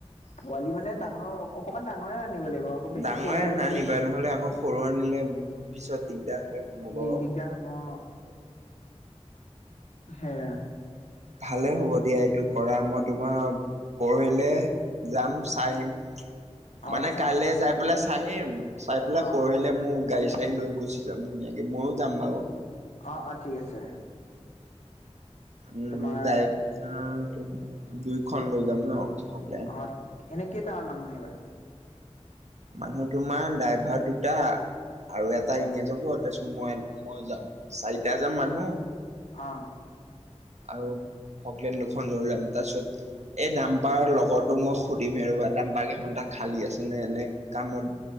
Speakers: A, on the left; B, on the right.
A: পোৱালি মানে, ডাঙৰ অকনমান ডাঙৰে আনিব লাগিব আকৌ বেছি
B: ডাঙৰে
A: সৰু পোৱালি হলেও
B: আনিবা, নহলে আকৌ সৰু আনিলে পিছত দ দিগদাৰ হে হব
A: দি
B: আৰু।
A: দিগদাৰ হ'ব অ সেয়া।
B: ভালে হ'ব দিয়া, এইটো কৰা মই তোমাৰ পৰহিলে যাম, চাই আহিম।
A: অ
B: মানে
A: চা
B: কাইলৈ যাই
A: যাবা
B: পেলাই চাই আহিম, চাই পেলাই
A: অ
B: পৰহিলে মোক গাড়ী চাৰী লৈ গুচি যাম ধুনীয়াকে, ময়ো যাম বাৰু।
A: অ', অ' ঠিক আছে।
B: উম,
A: তোমাৰ
B: দাইট হু, দুইখন লৈ যাম ন' পগ্ৰেম?
A: অ এনে কেইটামান মানুহ আহিবা?
B: মানুহ তোমাৰ ড্ৰাইভাৰ দুটা আৰু এটা
A: অ
B: এনে যাব তাৰপিছত মই মই যাম, চাৰিটা যাম
A: অ
B: মানুহ
A: অ
B: আৰু ফকলেন দুখন ধৰি লোৱা তাৰপিছত এই দাম্পাৰৰ লগৰটোক মই সুধিম এ, ৰ'বা দাম্পাৰকেইখন তাক খালী আছে নে এনে কামত